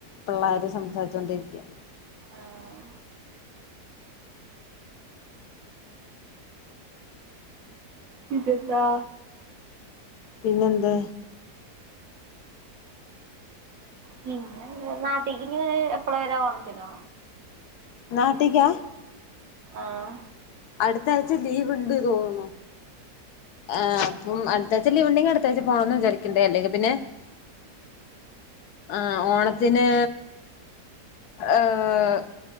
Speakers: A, on the left; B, on the right.
A: പിള്ളാര് സംസാരിച്ചോണ്ടിരിക്ക്യാ
B: ആഹ് പിന്നെന്താ
A: പിന്നെന്ത്
B: പിന്നെ നാട്ടേകിനി ഏഹ് എപ്പളാ വരാ ഓണത്തിനോ
A: നാട്ടിക്കാ
B: ആഹ്
A: അടുത്ത ആഴ്ച ലീവ്ണ്ട് തോന്നു ആഹ് അപ്പം അടുത്താഴ്ച്ച ലീവിണ്ടെങ്കിൽ അടുത്താഴ്ച പോണംന്ന് വിചാരിക്കണ്ട് അല്ലെങ്കിൽ പിന്നെ ആഹ് ഓണത്തിന് ഏഹ്